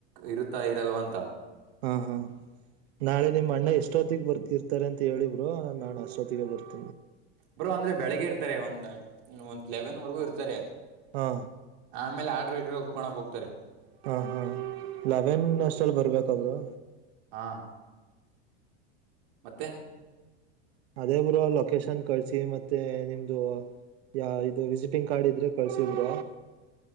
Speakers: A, on the right; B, on the right.
A: ಇರುತ್ತಾ ಇರಲ್ವಂತ
B: ಹಾ ಹಾ ನಾಳೆ ನಿಮ್ಮ್ ಅಣ್ಣ ಎಷ್ಟ ಅಷ್ಟೊತ್ತಿಗೆ ಬರ್ ಇರ್ತಾರೆ ಅಂತ ಹೇಳಿಬ್ರು ನಾನು ಅಷ್ಟೊತ್ತಿಗೆ ಬರ್ತ
A: ಬ್ರರು ಅಂದ್ರೆ ಬೆಳಗ್ಗೆ ಇರ್ತ ಒಂದ್ ಒಂದ ಲೆವೆನ್ ವರೆಗೂ ಇರ್ತಾರೆ
B: ಹಾ
A: ಆಮೇಲೆ ಆಡ್ರ ಇಡ್ರೆ ಒಪ್ಕೋಕ್ೋಗ್ತಾರೆ
B: ಹಾ ಹಾ ಲವೆನ್ ಅಷ್ಟಲ್ಲಿ ಬರ್ಬೇಕ ಅವರು
A: ಹಾ ಮತ್ತೆ
B: ಅದೇ ಬುರು ಲೊಕೇಶನ್ ಕಳಳ್ಸಿ ಮತ್ತೆ ನಿಮ್ದು ಯ ಇದು ವಿಸಿಟಿಂಗ್ ಕಾರ್ಡ್ ಇದ್ರೆ ಕಳ್ಸಲ್್ರ